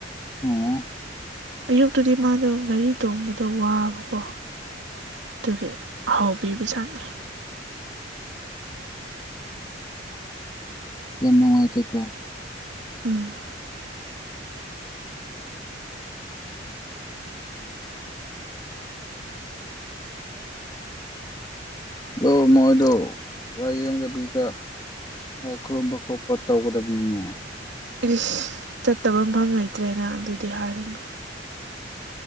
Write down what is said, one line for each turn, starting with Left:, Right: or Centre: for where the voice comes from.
Left: ꯑꯣ
Right: ꯑꯌꯨꯛꯇꯗꯤ ꯃꯥꯗꯣ ꯒꯥꯔꯤ ꯇꯣꯡꯕꯗ ꯋꯥꯕꯀꯣ ꯑꯗꯨꯒꯤ ꯍꯥꯎꯕꯤꯕꯖꯥꯠꯅꯤ
Left: ꯌꯥꯝ ꯅꯨꯡꯉꯥꯏꯇꯦꯀꯣ
Right: ꯎꯝ
Left: ꯑꯣ ꯃꯣꯏꯗꯣ ꯂꯥꯏꯌꯦꯡꯗꯕꯤꯗ ꯂꯥꯏ ꯈꯣꯏꯔꯝꯕ ꯈꯣꯠꯄ ꯇꯧꯒꯗꯕꯅꯤꯅꯦ
Right: ꯏꯁ ꯆꯠꯇꯕ ꯃꯐꯝ ꯂꯩꯇ꯭ꯔꯦꯅ ꯑꯗꯨꯗꯤ ꯍꯥꯏꯔꯅꯣ